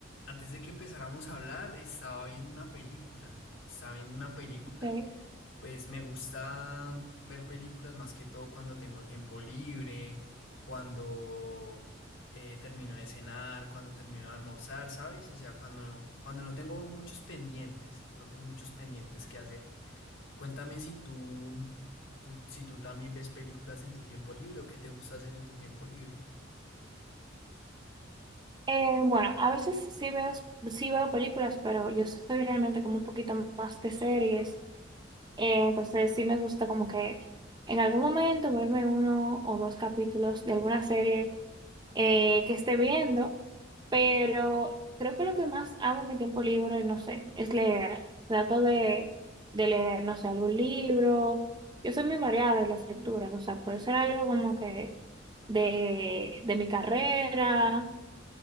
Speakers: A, on the left; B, on the right.
A: antes de que empezáramos a hablar, estaba viendo una película. Estaba viendo una película.
B: Sí.
A: Pues me gusta ver películas más que todo cuando tengo tiempo libre, cuando eh, termino de cenar, cuando termino de almorzar, ¿sabes? O sea, cuando, cuando no tengo muchos pendientes, no tengo muchos pendientes que hacer. Cuéntame si tú, tú- si tú también ves películas en tu tiempo libre o qué te gusta hacer en tu tiempo libre.
B: Eh, bueno, a veces sí veo, sí veo películas, pero yo soy realmente como un poquito más de series Eh, entonces sí me gusta como que en algún momento verme uno o dos capítulos de alguna serie eh, que esté viendo, pero creo que lo que más hago en mi tiempo libre, no sé, es leer. Trato de, de leer, no sé, algún libro. Yo soy muy variada en las lecturas, o sea, puede ser algo como que de, de mi carrera